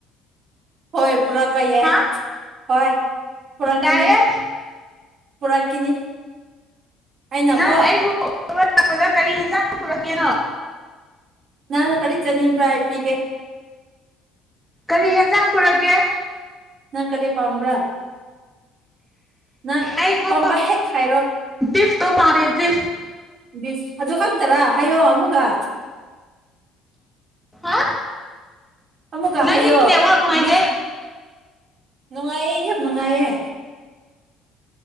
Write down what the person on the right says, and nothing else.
ꯍꯣꯏ ꯄꯨꯔꯥ ꯄꯥꯏ ꯌꯥ
ꯍꯣꯏ ꯄꯨꯔꯥ ꯀꯅꯤ
ꯄꯨꯔꯥ ꯀꯅꯤ ꯑ ꯅꯕꯣ
ꯅꯥꯟ ꯀꯔꯤ ꯆꯅꯤꯡꯕ꯭ꯔꯥ ꯍꯥꯏ ꯄꯄꯤꯒꯦ
ꯅꯪ ꯀꯔꯤ ꯄꯥꯝꯕ꯭ꯔꯥ ꯅꯪ
ꯄꯥꯝꯕ ꯍꯦꯛ ꯍꯥꯏꯔꯣ
ꯗꯤ ꯑꯗꯨ ꯈꯪꯛꯇꯔꯥ ꯑꯌꯣ ꯑꯃꯨꯒ
ꯑꯃꯨꯛꯀ
ꯍꯥꯏꯌꯣ
ꯃꯤꯐ ꯅꯨꯡꯉꯥꯏꯌꯦ ꯌꯨꯝ ꯅꯨꯡꯉꯥꯏꯌꯦ